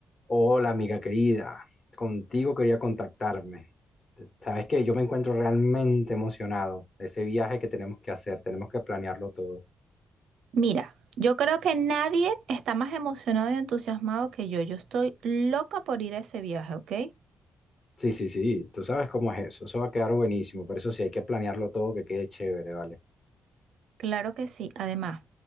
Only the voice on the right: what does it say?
Mira, yo creo que nadie está más emocionado y entusiasmado que yo. Yo estoy loca por ir a ese viaje, ¿ok?
Claro que sí. Además,